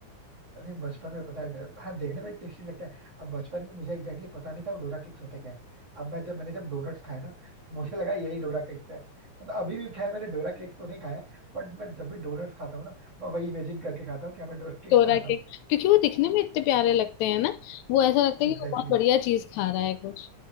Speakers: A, on the right; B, on the left.
A: अरे बचपन में पता है डर- हाँ देखने में टेस्टी लगता है अब बचपन में मुझे एग्जैक्टली exactly पता नहीं था वो डोरा केक्स होते क्या है अब मैं जब मैंने जब डोनट्स खाए ना तो मुझे लगा यही डोरा केक्स है मतलब अभी भी खैर मैंने डोरा केक्स तो नहीं खाया बट मैं जब भी डोनट्स खाता हूँ ना मैं वही इमेजिन करके खाता हूँ कि मैं डोरा केक्स
B: चोरा
A: खाता
B: के
A: हूँ
B: क्योंकि वो दिखने में इतने प्यारे लगते हैं ना वो ऐसा लगता है
A: Exactly
B: कि वो बहुत
A: exactly.
B: बढ़िया चीज खा रहा है कुछ